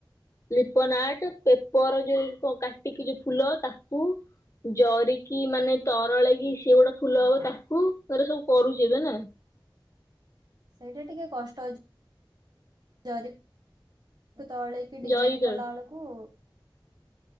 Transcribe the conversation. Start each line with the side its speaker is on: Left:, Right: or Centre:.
Left: ଲିପନ ଆର୍ଟ ପେପର ଯୋଉ କାଟିକି ଯୋଉ ଫୁଲ ତାକୁ ଜରିକି ମାନେ ତରଳ କି ସିଏ ଗୋଟେ ଫୁଲ ହବ ତାକୁ ଏରା ସବୁ କରୁଛି ଏବେ ନା।
Right: ସେଇଟା ଟିକେ କଷ୍ଟ ଅଛି ଜରି ତଳେଇକି। କି ଡିଜାଇନ୍
Left: ଜରି ତଳେ
Right: କଲା ବେଳକୁ